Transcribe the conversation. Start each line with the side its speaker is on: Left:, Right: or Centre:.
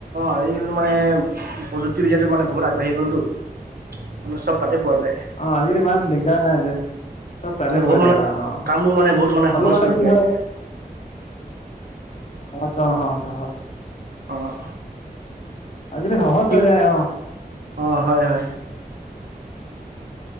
Right: আজিকালিটো মানে প্ৰযুক্তিবিদ্যাটো মানে বহুত আগবাঢ়ি গ'লটো, মানে চব তাতে পোৱা যায়
Left: অ আজিকালি ইমান ডিগদাৰ নাই যে। চব তাতে
Right: মানে বহুত
Left: পোৱা
Right: মানে
Left: যায় বা অ
Right: কামবোৰ মানে বহুত
Left: হ'লেও
Right: সহজ
Left: মানে
Right: কৰি
Left: কি
Right: পেলাইছে
Left: হয়। আছা হা চ
Right: অঁ
Left: আজি কালি সহজ
Right: কি
Left: হৈ যায় অ
Right: অঁ হয় হয়